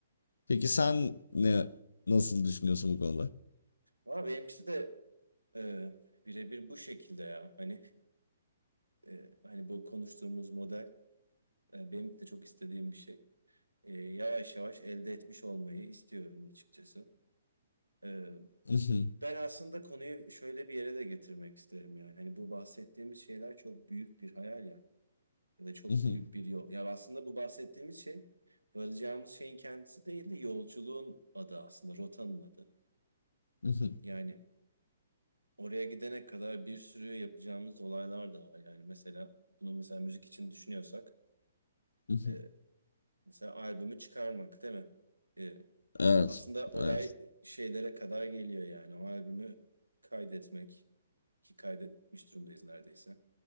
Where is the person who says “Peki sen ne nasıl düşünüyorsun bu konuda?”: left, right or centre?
Left